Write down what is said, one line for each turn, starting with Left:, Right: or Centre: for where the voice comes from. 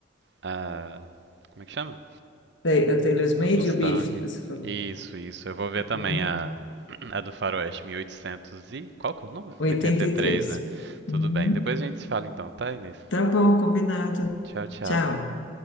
Right: a- como é que chama?
Left: Tem- O Taylor's
Right: A
Left: Made
Right: Mustang.
Left: e o Bife, que você falou.
Right: Isso, isso. Eu vou ver também
Left: Uhum.
Right: a, <clears throat> a do Faroeste, 1800 e... oitocentos e... Qual que é o número?
Left: 83.
Right: 83, né? Tudo
Left: Uhum.
Right: bem. Depois a gente se fala então, tá, Inês?
Left: Tá bom, combinado.
Right: Tchau, tchau.
Left: Tchau.